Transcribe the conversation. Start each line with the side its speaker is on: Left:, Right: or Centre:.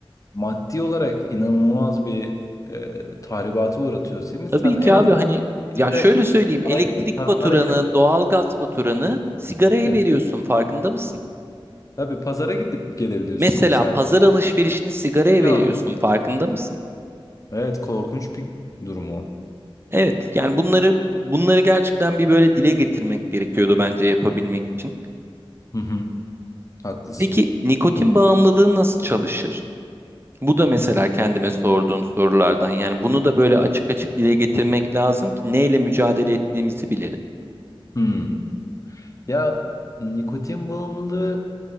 Left: maddi olarak inanılmaz bir e, tahribata uğratıyor seni.
Right: Tabii
Left: Sen
Right: ki
Left: en
Right: abi
Left: az
Right: hani ya
Left: bir de
Right: şöyle söyleyeyim
Left: paraya
Right: elektrik
Left: gidip, pazara
Right: faturanı,
Left: gidip,
Right: doğalgaz faturanı sigaraya
Left: değil
Right: veriyorsun
Left: mi?
Right: farkında mısın?
Left: Tabii pazara gidip gelebilirsin
Right: Mesela
Left: mesela.
Right: pazar alışverişini sigaraya
Left: Ya.
Right: veriyorsun farkında mısın?
Left: Evet korkunç bir durum o.
Right: Evet, yani bunları bunları gerçekten bir böyle dile getirmek gerekiyordu bence yapabilmek için.
Left: Hı hı, haklısın.
Right: Peki nikotin bağımlılığı nasıl çalışır? Bu da mesela kendime sorduğum sorulardan. Yani bunu da böyle açık açık dile getirmek lazım ki neyle mücadele ettiğimizi bilelim.
Left: Hmm. Ya nikotin bağımlılığı